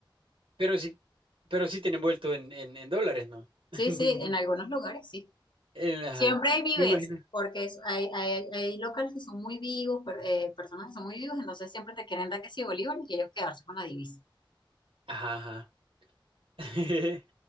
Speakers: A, on the right; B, on the left.
A: Pero sí, pero sí tienen vuelto en, en, en dólares, ¿no?
B: Sí,
A: <laughs>
B: sí, en algunos lugares sí.
A: En- ajá.
B: Siempre hay vives,
A: Me imagino.
B: porque es- hay, hay, hay locales que son muy vivos, per- eh, personas que son muy vivos, entonces siempre te quieren dar que si bolívares y ellos quedarse con la divisa.
A: Ajá, ajá. <laughs>